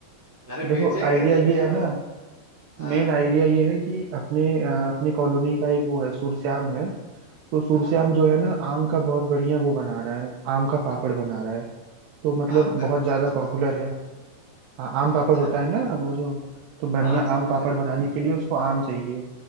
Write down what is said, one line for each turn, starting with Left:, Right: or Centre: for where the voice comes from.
Centre: अरे
Right: देखो
Centre: बेचेंगे
Right: आइडिया
Centre: जैसे
Right: ये
Centre: हाँ
Right: है ना
Centre: हाँ
Right: मेन आइडिया ये है कि अपने अ, अपने कॉलोनी का एक वो है सूरश्याम है तो सूरश्याम
Centre: हाँ हाँ
Right: जो है ना आम का बहुत बढ़िया वो बना रहा है आम का पापड़ बना रहा है तो मतलब
Centre: आम का
Right: बहुत
Centre: अच्छा
Right: ज्यादा
Centre: अच्छा अच्छा
Right: पॉपुलर है हाँ आम पापड़
Centre: अच्छा
Right: होता है ना वो जो तो बढ़िया
Centre: हाँ समझ
Right: आम पापड़
Centre: गया समझ
Right: बनाने के लिए उसको आम चाहिए